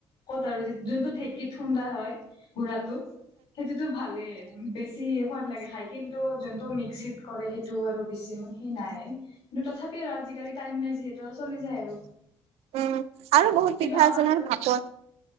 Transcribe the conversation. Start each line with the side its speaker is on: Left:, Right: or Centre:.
Left: ক'ত আৰু যোনটো ঢেকিত খুন্দা হয় গুড়াটো সেইটোতো ভালে বেছি সোৱাদ লাগে খাই কিন্তু যোনটো মিক্সিত কৰে সেইটো আৰু বেছি ইমান সেই নাই কিন্তু তথাপি আৰু আজিকালি টাইম নাই যিহেতু আৰু চলি যায় আৰু
Right: উম আৰু বহুত
Left: কিন্তু
Right: পিঠা
Left: আমাৰ
Right: আছে নহয়
Left: ঘৰত
Right: ভাপত,